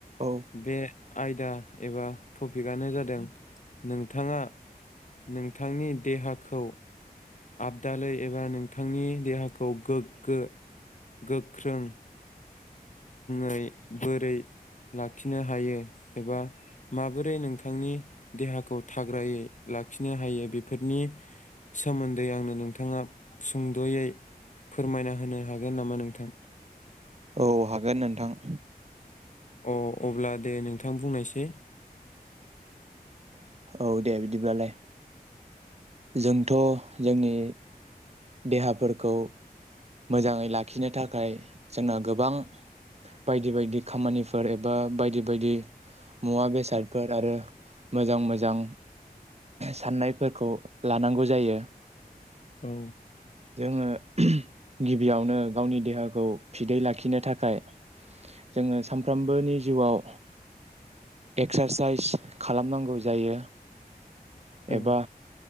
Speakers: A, on the right; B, on the left.
A: औ
B: बे आयदा एबा टपिकआनो जादों नोंथाङा नोंथांनि देहाखौ आबदालै एबा नोंथांनि देहाखौ गोग्गो गोख्रों ङै बोरै लाखिनो हायो एबा माबोरै नोंथांनि देहाखौ थाग्रायै लाखिनो हायो बेफोरनि सोमोन्दै आंनो नोंथाङा सुंद'यै फोरमायना होनो हागोन नामा नोंथां?
A: औ हागोन नोंथां।
B: अ अब्ला दे नोंथां बुंनायसै।
A: औ दे बिदिब्लालाय। जोंथ' जोंनि देहाफोरखौ मोजाङै लाखिनो थाखाय जोंना गोबां बायदि बायदि खामानिफोर एबा बायदि बायदि मुवा बेसादफोर आरो मोजां मोजां साननायफोरखौ लानांगौ जायो।
B: औ
A: जोङो गिबियावनो गावनि देहाखौ फिदै लाखिनो थाखाय जोङो सामफ्रोमबोनि जिउआव एक्सारसाइस खालामनांगौ जायो।
B: औ
A: एबा